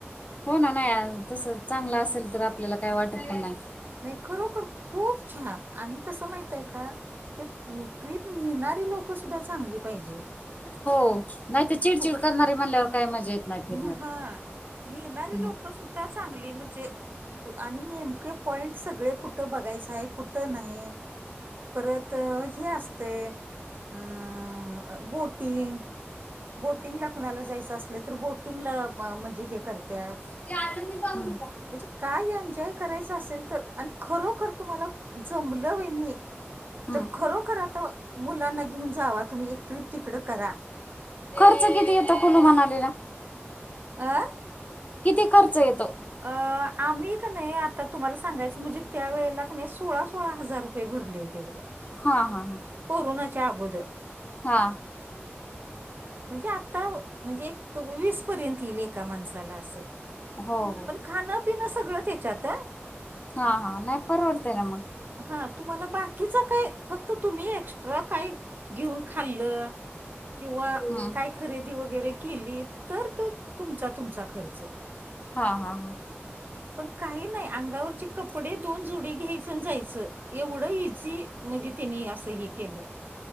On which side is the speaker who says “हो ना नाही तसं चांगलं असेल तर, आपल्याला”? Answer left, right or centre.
Left